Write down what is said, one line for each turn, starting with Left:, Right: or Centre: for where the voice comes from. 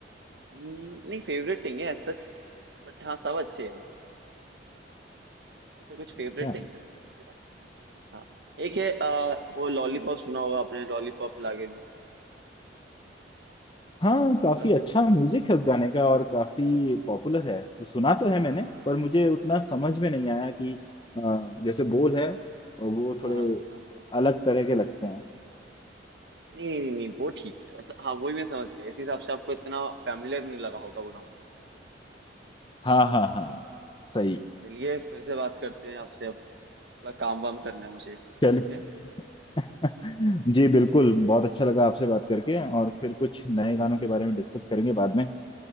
Right: हम्म, नहीं फेवरेट नहीं है as such बट हाँ सब अच्छे हैं मतलब ऐसा कुछ
Left: अच्छा
Right: फेवरेट नहीं है इसके अंदर मेरा हाँ एक है अ, वो लॉलीपॉप सुना होगा आपने लॉलीपॉप लागे लू
Left: हाँ काफी
Right: अगर
Left: अच्छा म्यूजिक है उस गाने का और काफी पॉपुलर है तो सुना तो है मैंने पर मुझे उतना समझ में नहीं आया कि अ, जैसे बोल
Right: हाँ
Left: है वो
Right: हाँ
Left: थोड़े
Right: हाँ समझ गया।
Left: अलग तरह के लगते हैं
Right: नहीं नहीं नहीं वो ठीक है मतलब हाँ वही मैं समझ गया इस हिसाब से आपको इतना फैमिलियर नहीं लगा होगा वो गाना
Left: हाँ हाँ हाँ
Right: हाँ,
Left: सही
Right: चलिए फिर से बात करते हैं आपसे अब थोड़ा काम वाम करना है मुझे ठीक
Left: चलिए
Right: है
Left: <laughs> जी बिल्कुल बहुत अच्छा लगा आपसे बात करके और फिर कुछ नए गानों के बारे में डिस्कस करेंगे बाद में